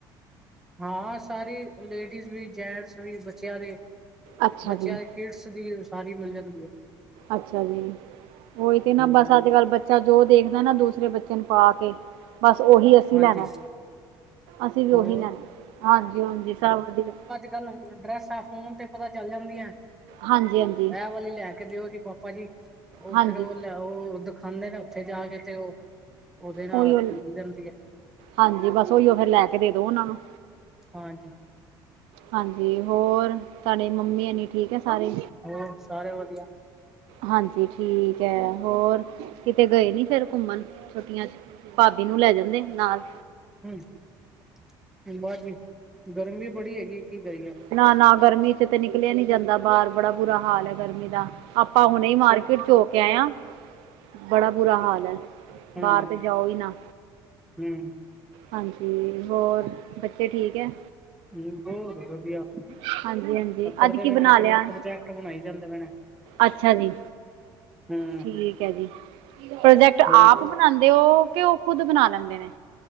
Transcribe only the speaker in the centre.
ਹਾਂ, ਸਾਰੀ ਲੇਡੀਜ਼ ਵੀ, ਜੈਂਟਸ ਵੀ ਬੱਚਿਆਂ ਦੇ।
ਬੱਚਿਆਂ
ਕਿਡਸ ਦੀ, ਸਾਰੀ ਮਿਲ ਜਾਂਦੀ ਹੈ।
ਹੂੰ
ਹਾਂਜੀ
ਹੋਰ
ਡਰੈਸਾ ਫੋਨ ਤੇ ਪਤਾ ਚੱਲ ਜਾਂਦੀਆਂ।
ਇਹ ਵਾਲੀ ਲੈ ਕੇ ਦਿਓ ਜੀ ਪਾਪਾ ਜੀ, ਉਹ
ਫੇਰ ਉਹ ਲੈ ਉਹ ਦਿਖਾਉਂਦੇ ਨੇ ਉੱਥੇ ਜਾ ਕੇ ਤੇ, ਉਹ ਉਹਦੇ ਨਾਲ
ਮਿਲ ਜਾਂਦੀ ਆ।
ਹਾਂਜੀ
ਹੋਰ ਸਾਰੇ ਵਧੀਆ
ਹਮ ਬਸ ਜੀ, ਗਰਮੀ ਬੜੀ ਹੈਗੀ ਹੈ ਕੀ ਕਰੀਏ
ਹਾਂ
ਹਮ
ਹਮ
ਹ ਬਹੁਦ ਵਧੀਆ।
ਕਰਦੇ
ਪਏ ਨੇ
ਆਪਣੇ
ਪ੍ਰੋਜੈਕਟ ਬਣਾਈ ਜਾਂਦੇ ਪਏ ਨੇ
ਹਮ
ਹੋਰ